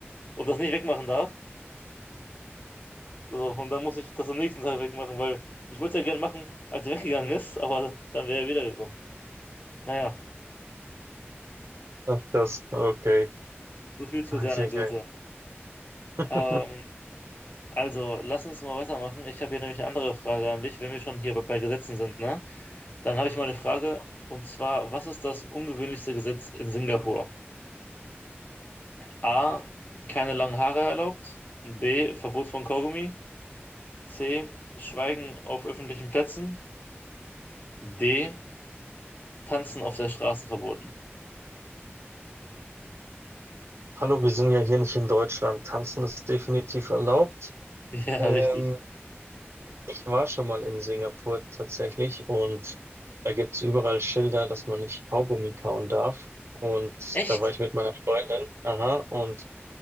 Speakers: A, on the left; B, on the right.
A: und das nicht wegmachen darf. So, und dann muss ich das am nächsten Tag wegmachen, weil ich wollte es ja gerne machen, als er weggegangen ist, aber dann wäre er wiedergekommen. Naja,
B: Ach, krass, okay.
A: so viel zu
B: Eieiei.
A: der Anekdote.
B: <laughs>
A: Ähm, Also, lass uns mal weitermachen. Ich habe hier nämlich eine andere Frage an dich, wenn wir schon hier bei bei Gesetzen sind, ne? Dann habe ich mal eine Frage, und zwar, was ist das ungewöhnlichste Gesetz in Singapur? A, keine langen Haare erlaubt. B, Verbot von Kaugummi. C, Schweigen auf öffentlichen Plätzen. D, Tanzen auf der Straße verboten. <laughs>
B: Hallo, wir sind ja hier nicht in Deutschland. Tanzen ist definitiv erlaubt.
A: Ja,
B: Ähm,
A: richtig.
B: Ich war schon mal in Singapur tatsächlich und da gibt es überall Schilder, dass man nicht Kaugummi kauen darf. Und
A: Echt?
B: da war ich mit meiner Freundin. Aha, und